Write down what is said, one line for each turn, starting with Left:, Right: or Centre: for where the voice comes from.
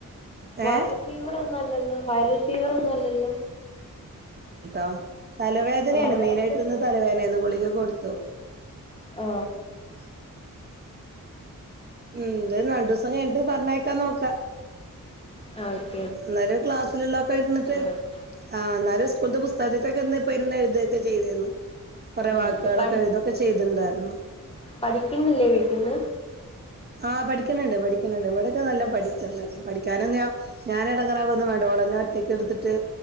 Left: വൈരൽ
Right: ഏഹ്
Left: ഫീവർ നല്ലതാ വൈറൽ ഫീവറൊന്നും അല്ലല്ലോ
Right: ആ തലവേദനയാണ്
Left: ആഹ്
Right: മെയിനായിട്ടിരു തലവേദനന്ന് ഗുളിക കൊടുത്തോ
Left: ആ
Right: <inaudible> ഉം എന്തായാലും രണ്ടുസം കഴിഞ്ഞിട്ട് പറഞ്ഞേക്കാ നോക്കാ
Left: ആ
Right: അന്നേരം ക്ലാസ്സിലുള്ളൊക്കെ ഇരുന്നിട്ട്
Left: മതി
Right: ആ അന്നരം സ് കൂൾത്തെ പുസ്തകത്തിത്തൊക്കെ ഇന്ന് ഇപ്പരിന്നു എഴുതൊക്കെ ചെയ്തിരുന്നു കൊറെ
Left: ഉം
Right: വാക്കുകളൊക്കെ
Left: പഠി
Right: എഴുതൊക്കെ ചെയ്തിട്ണ്ടായിരുന്നു
Left: പഠിക്കുന്നില്ലേ വീട്ടിൽന്ന്
Right: ആ പഠിക്കുന്നുണ്ട് പഠിക്കുന്നുണ്ട് ഇവിടെക്കെ നല്ല പഠിക്കുന്നുണ്ട് പഠിക്കാന് ഞാ ഞാൻ എടങ്ങേറാവൊന്നും വേണ്ട ഓളെന്നെ ഒറ്റക്ക് എടുത്തിട്ട്